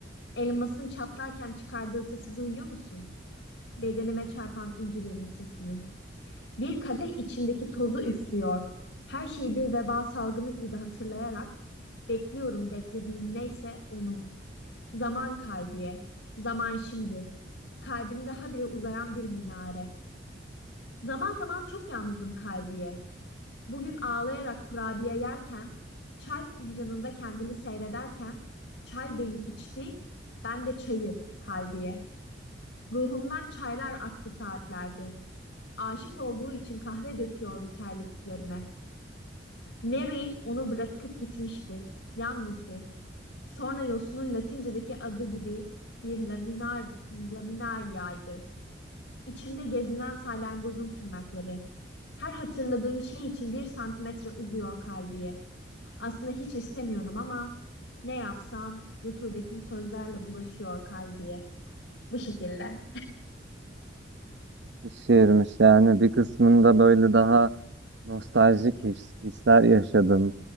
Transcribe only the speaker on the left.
Elmasın çatlarken çıkardığı sesi duyuyor musun? Bedenime çarpan incilerin sesini. Bir kadeh içindeki tozu üflüyor. Her şeyi bir veba salgını gibi hatırlayarak bekliyorum beklediğim neyse onu. Zaman kalbiye, zaman şimdi. Kalbimde habire uzayan bir minare. Zaman zaman çok yalnızım kalbiye. Bugün ağlayarak kurabiye yerken, çay fincanında kendimi seyrederken, çay beni içti, ben de çayı kalbiye. Ruhumdan çaylar aktı saatlerce. Aşık olduğu için kahve döküyordu terliklerine. Mary onu bırakıp gitmişti. Yalnızdı. Sonra yosunun Latincedeki adı gibi bir laminar, laminaryaydı. İçimde gezinen salyangozun tırnakları. Her hatırladığım şey için bir santimetre uzuyor kalbiye. Aslında hiç istemiyorum ama ne yapsam rutubetim sözlerle bulaşıyor kalbiye. Bu şekilde.